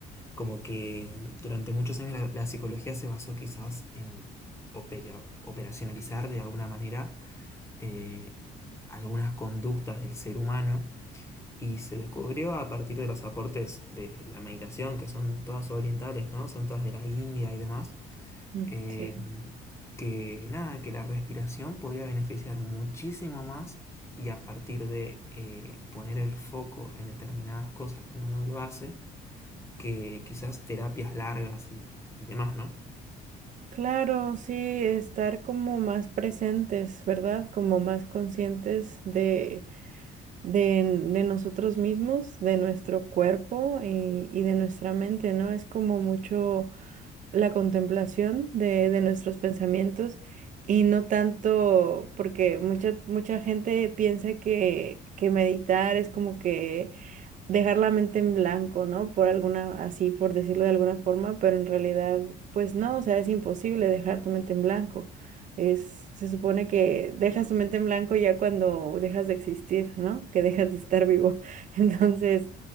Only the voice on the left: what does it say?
Como que durante muchos años la, la psicología se basó quizás en opera- operacionalizar de alguna manera eh, algunas conductas del ser humano y se descubrió a partir de los aportes de la meditación, que son todas orientales, ¿no? Son todas de la India y demás,
eh,
que nada, que la respiración podría beneficiar muchísimo más y a partir de eh, poner el foco en determinadas cosas que uno no lo hace, que quizás terapias largas y, y demás, ¿no?